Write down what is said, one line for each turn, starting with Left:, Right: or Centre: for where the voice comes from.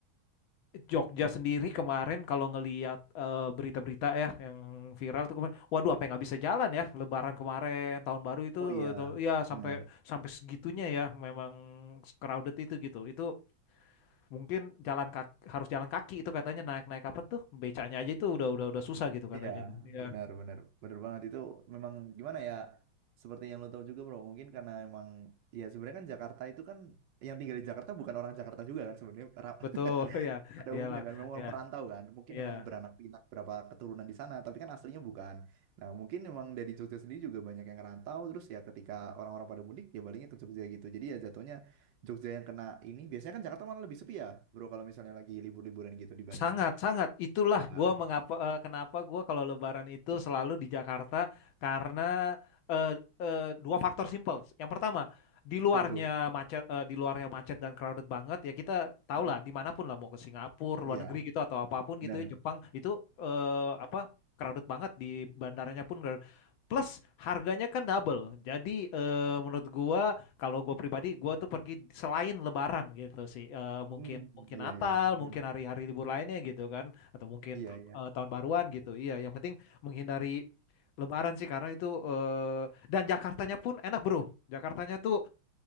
Left: Jogja sendiri kemarin kalau ngeliat eh, berita-berita ya yang viral tuh kemarin, waduh sampai nggak bisa jalan ya Lebaran kemarin, tahun baru itu,
Right: oh iya
Left: eh, tuh, ya sampai
Right: benar.
Left: sampai segitunya ya memang crowded itu gitu. Itu mungkin jalan kaki, harus jalan kaki itu katanya naik-naik apa tuh becanya aja itu udah udah udah susah gitu katanya.
Right: Iya,
Left: Ya
Right: benar, benar, benar banget itu memang gimana ya? Seperti yang lo tahu juga, bro. Mungkin karena emang ya sebenarnya kan Jakarta itu kan yang tinggal di Jakarta bukan orang Jakarta juga kan sebenarnya ra-
Left: betul
Right: <laughs>
Left: <laughs> ya
Right: pada
Left: iyalah
Right: umumnya kan memang orang
Left: ya
Right: perantau kan. Mungkin
Left: ya.
Right: emang beranak pinak berapa keturunan di sana, tapi kan aslinya bukan. Nah, mungkin emang dari Jogja sendiri juga banyak yang rantau terus ya ketika orang-orang pada mudik ya baliknya ke Jogja gitu. Jadi ya jatuhnya Jogja yang kena ini biasanya kan Jakarta malah lebih sepi ya, bro. Kalau misalnya lagi libur-liburan gitu dibanding
Left: Sangat, sangat. Itulah
Right: ya,
Left: gua mengapa eh, kenapa gua kalau Lebaran itu selalu di Jakarta karena eh, eh, dua faktor simple. Yang pertama, di luarnya
Right: apa tuh?
Left: macet, eh, di luarnya macet dan crowded banget ya kita tahu
Right: Mhm.
Left: lah dimanapun lah mau ke Singapura, luar
Right: Iya,
Left: negeri gitu atau apapun gitu
Right: benar.
Left: ya Jepang itu eh, apa crowded banget di bandaranya pun. crowded. Plus harganya kan double. Jadi eh, menurut gua kalau gue pribadi, gue tuh pergi selain Lebaran gitu sih, Eh, mungkin
Right: Hmm,
Left: mungkin
Right: iya
Left: Natal,
Right: iya, ben,
Left: mungkin hari-hari libur lainnya gitu kan, atau mungkin
Right: iya
Left: tahun,
Right: iya.
Left: eh, tahun baruan gitu. Iya, yang penting menghindari Lebaran sih karena itu eh, dan Jakartanya pun enak bro. Jakartanya tuh